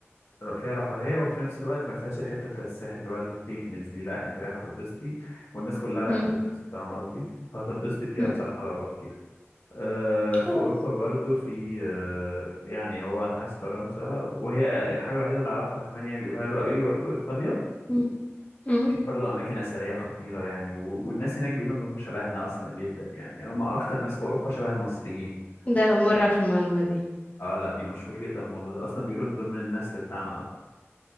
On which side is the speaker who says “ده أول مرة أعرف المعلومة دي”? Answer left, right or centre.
Left